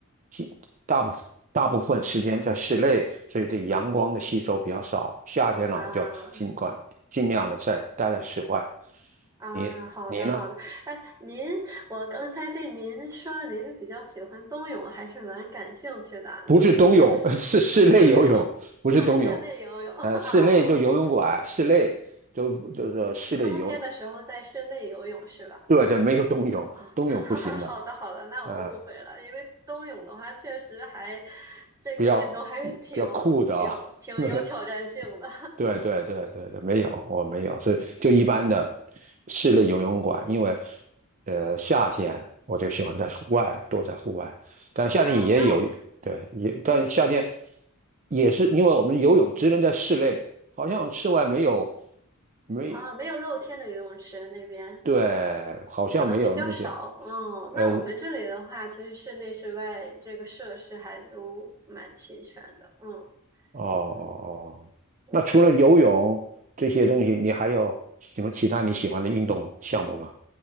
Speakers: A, on the right; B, on the right.
A: 其大部大部分时间在室内，所以对阳光的吸收比较少。夏天呢，
B: 啊
A: 我就尽管尽量的在待在室外。
B: 啊，
A: 你你呢？
B: 好的好的。哎，您，我刚才对您说，您比较喜欢冬泳，还是蛮感兴趣的。
A: 不是冬泳，
B: 您
A: <laughs> 是室内游泳，
B: 不是冬泳啊，
A: 不是冬泳。
B: 室内游泳啊，
A: 呃，室内就游泳馆，室内就就是室内游，
B: 冬天的时候在室内游泳是吧？
A: 对这没有冬泳，
B: 啊，
A: 冬泳不行的，
B: <laughs> 好的好的，那我误会了，
A: 呃，
B: 因为冬泳的话，确实还这个运动还是挺挺挺有挑战性的
A: 比较比较酷的啊、<laughs> 对对对对对，没有，我没有，所以就一般的室内游泳馆，因为呃夏天我就喜欢在户外，多在户外，但夏天也有，
B: <laughs> 啊。那
A: 对，也但夏天也是因为我们游泳只能在室内，好像室外没有，没，
B: 啊，没有露天的游泳池那边
A: 对，好像没有那这样，
B: 可能比较少，哦，
A: 呃，
B: 那我们这里的话，其实室内室外这个设施还都蛮齐全的，嗯
A: 哦哦哦，
B: 嗯嗯。
A: 那除了游泳这些东西，你还有什么其他你喜欢的运动项目呢？